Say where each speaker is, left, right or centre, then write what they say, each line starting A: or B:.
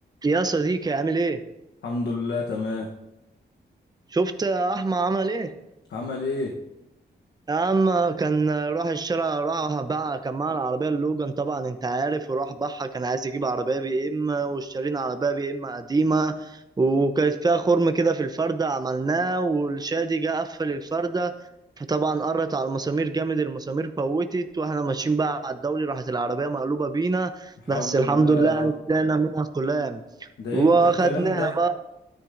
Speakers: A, on the right (about 20°); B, on the left (about 80°).
A: يا صديقي عامل ايه؟
B: الحمد لله تمام
A: شفت احمد عمل ايه؟
B: عمل ايه
A: يا عم كان راح الشارع راح بقى كان معاه العربية اللوجان طبعا انت عارف وراح بقى كان عايز يجيب عربية بي ام واشترينا عربية بي ام قديمة وكانت فيها خرم كده في الفردة عملناه والشادي جه قفل الفردة فطبعا قرت على المسامير جامد المسامير فوتت واحنا ماشيين بقى على الدولي راحت العربية مقلوبة بينا
B: حول
A: بس الحمد
B: الله يا
A: لله يعني
B: رب
A: طلعنا منها سلام
B: ده
A: وخدناها
B: امتى الكلام ده